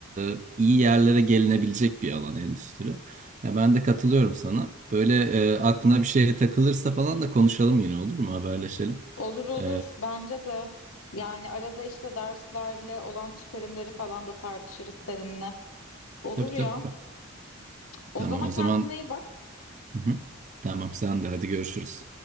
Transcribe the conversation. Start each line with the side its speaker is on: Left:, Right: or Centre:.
Right: e, iyi yerlere gelinebilecek bir alan endüstri. Ya ben de katılıyorum sana. Böyle e, aklına bir şey takılırsa falan da konuşalım yine olur mu? Haberleşelim.
Left: Olur olur
Right: E,
Left: bence de. Yani arada işte derslerle olan çıkarımları falan da tartışırız seninle. Olur
Right: tabii
Left: ya.
Right: tabii.
Left: O
Right: Tamam
Left: zaman
Right: o
Left: kendine
Right: zaman.
Left: iyi bak.
Right: Hı hı. Tamam sen de hadi görüşürüz.